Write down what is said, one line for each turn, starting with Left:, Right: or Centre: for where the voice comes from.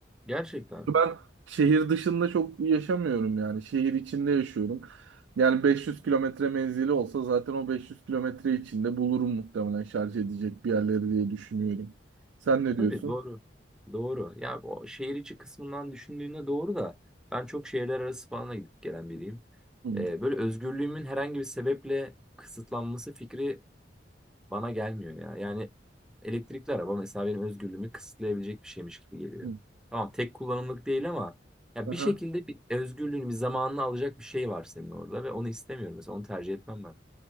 Centre: Gerçekten.
Right: Ben şehir dışında çok yaşamıyorum yani. Şehir içinde yaşıyorum. Yani 500 kilometre menzili olsa zaten o 500 kilometre içinde bulurum muhtemelen şarj edecek bir yerleri diye düşünüyorum. Sen ne diyorsun?
Centre: Tabii doğru. Doğru. Ya o şehir içi kısmından düşündüğünde doğru da ben çok şehirler arası falan da gidip gelen biriyim.
Right: Hı.
Centre: Ee, böyle özgürlüğümün herhangi bir sebeple kısıtlanması fikri bana gelmiyor ya. Yani Elektrikli araba mesela benim özgürlüğümü kısıtlayabilecek bir şeymiş gibi geliyor.
Right: Hı.
Centre: Tamam tek kullanımlık değil ama ya
Right: Aha.
Centre: bir şekilde bir özgürlüğünü bir zamanını alacak bir şey var senin orada ve onu istemiyorum. Mesela onu tercih etmem ben.